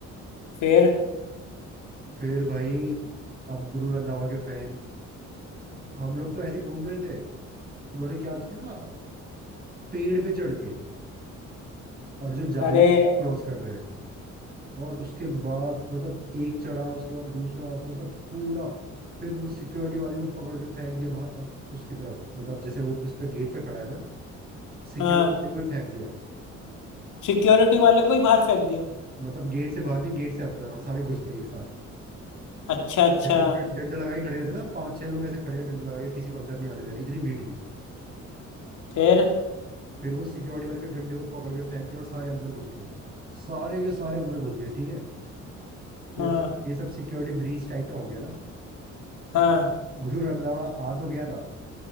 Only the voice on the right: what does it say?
फिर भाई अब गुरु रंधावा के फैन हम लोग तो ऐसे ही घूम रहे थे उन्होंने क्या किया पेड़ पे चढ़ के और जो जाली
क्रॉस कर रहे हैं और उसके बाद मतलब एक चढ़ा उसके बाद दूसरा मतलब पूरा फिर वो सिक्योरिटी वाले को पकड़ के फेंक दिया बाहर अब उसकी तरफ मतलब जैसे वो उस पे गेट पे खड़ा है ना सिक्योरिटी
वाले को ही फेंक दिया
मतलब गेट से बाहर नहीं गेट से अंदर और सारे घुस गए एक साथ
ऐसे वो ड- डंडा लगा के खड़े रहते ना पांच छह लोग ऐसे खड़े हैं डंडा लगा के किसी को अंदर नहीं आने दे रहे इतनी भीड़ थी
फिर वो सिक्योरिटी वाले के डंडे को पकड़ के फेंक दिया और सारे अंदर घुस गए सारे के सारे अंदर घुस गए ठीक है तो
ये सब सिक्योरिटी ब्रीच टाइप का हो गया ना
तो गुरु रंधावा आ तो गया था